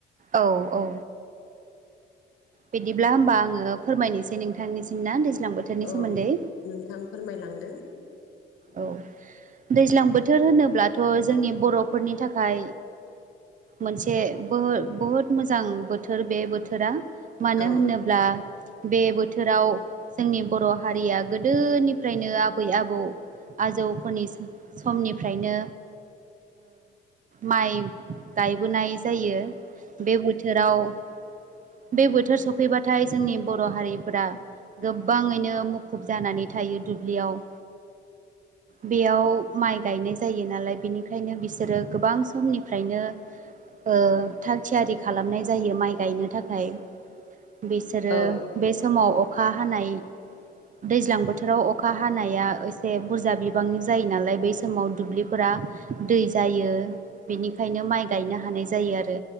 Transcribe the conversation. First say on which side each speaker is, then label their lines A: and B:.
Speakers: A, on the right; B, on the left.
A: औ औ बिदिब्ला होमबा आङो फोरमायनोसै नोंथांनिसिम ना? दैज्लां बोथोरनि
B: औ
A: सोमोन्दै
B: नोंथां फोरमायलांदो
A: औ दैज्लां बोथोर होनोब्लाथ' जोंनि बर'फोरनि थाखाय मोनसे बहु बहुद मोजां बोथोर बे बोथोरा मानो
B: औ
A: होनोब्ला बे बोथोराव जोंनि बर' हारिया गोदोनिफ्रायनो आबै आबौ आजौफोरनि समनिफ्रायनो माइ गायबोनाय जायो। बे बोथोराव <inaudible> बे बोथोर सफैबाथाय जोंनि बर' हारिफोरा गोबाङैनो मुखुब जानानै थायो। बे दुब्लियाव बेयाव माइ गायनाय जायो नालाय बेनिखायनो बिसोरो गोबां समनिफ्रायनो ओ थाग थियारि खालामनाय जायो माइ गायनो थाखाय बिसोरो
B: औ
A: बे समाव अखा हानाय दैज्लां बोथोराव अखा हानाया एसे बुरजा बिबांनि जायो नालाय बै समाव दुब्लिफोरा दै जायो। बेनिखायनो माइ गायनो हानाय जायो आरो।